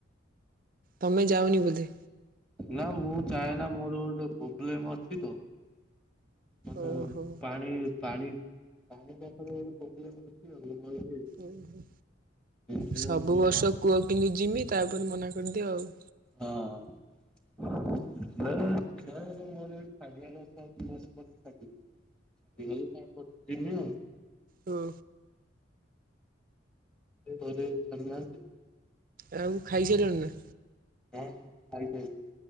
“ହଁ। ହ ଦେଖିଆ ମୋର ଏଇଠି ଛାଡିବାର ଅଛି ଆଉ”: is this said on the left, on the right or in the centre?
Centre